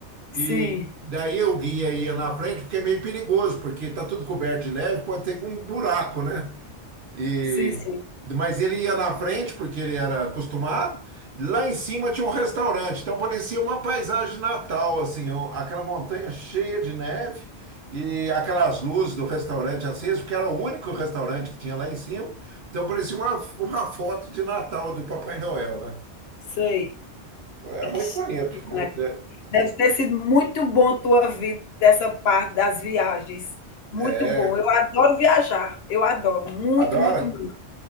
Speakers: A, on the right (about 55°); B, on the left (about 65°).
A: E
B: sim,
A: daí eu guia ia na frente, porque é meio perigoso, porque tá tudo coberto de neve, pode ter com um buraco, né? E,
B: sim, sim,
A: mas ele ia na frente, porque ele era acostumado. Lá em cima tinha um restaurante, então parecia uma paisagem de Natal, assim, ó, aquela montanha cheia de neve e aquelas luzes do restaurante acesas, porque era o único restaurante que tinha lá em cima. Então parecia uma, uma foto de Natal do Papai Noel, né?
B: sei.
A: Era
B: Ixi,
A: muito bonito. mu-
B: Maria.
A: É,
B: Deve ter sido muito bom tua vida, essa parte das viagens, muito
A: é,
B: bom. Eu adoro viajar, eu adoro, muito,
A: adora.
B: muito, muito.